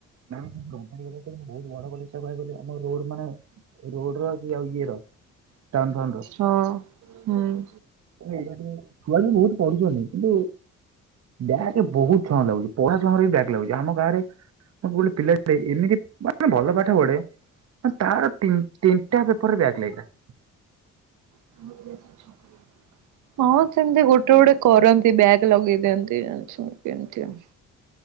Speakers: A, on the right (about 55°); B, on the right (about 75°).
A: ବହୁତ ବଡ ପା କହିଗଲେ <inaudible> ଆମ ରୋଡ୍ ମାନେ ରୋଡ୍ ର ସିଏ ଆଉ ଇଏର ଟନ୍ ଫନ୍ ର।
B: ହଁ ହୁଁ।
A: ଛୁଆ ବି ବହୁତ ପଢୁଚନ୍ତି କିନ୍ତୁ ବ୍ୟାକ୍ ବହୁତ ଛୁଆଙ୍କର ଲାଗୁଚି। ପଢା ସମୟରେ ବି ବ୍ୟାକ୍ ଲାଗୁଚି ଆମ ଗାଁରେ ଗୋଟେ ପିଲାଟେ ଏମିତି ମାନେ ଭଲ ପାଠ ପଢେ ତାର ତିନି ତିନିଟା ପେପର ବ୍ୟାକ୍ ଲାଗିଲା।
B: ହ <unintelligible> ହଁ ସେମିତି ଗୋଟେ ଗୋଟେ କରନ୍ତି ବ୍ୟାକ୍ ଲଗେଇ ଦିଅନ୍ତି ଏମ୍ ତି ସେମିତି ଏମତି ଆ।